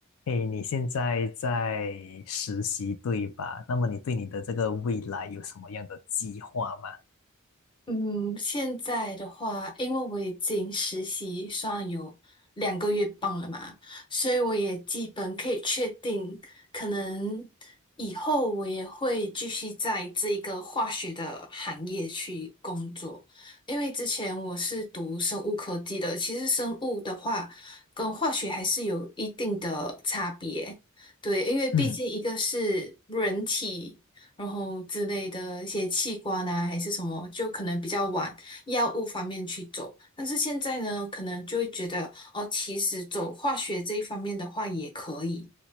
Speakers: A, on the left; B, on the left.
A: 诶，你现在在实习对吧？那么你对你的这个未来有什么样的计划吗？
B: 嗯，现在的话，因为我已经实习算有两个月半了嘛，所以我也基本可以确定，可能以后我也会继续在这个化学的行业去工作。因为之前我是读生物科技的，其实生物的话跟化学还是有一定的差别。对，因为毕竟一个是人体。
A: 嗯
B: 然后之类的一些器官啊，还是什么，就可能比较往药物方面去走。但是现在呢，可能就会觉得哦，其实走化学这一方面的话也可以。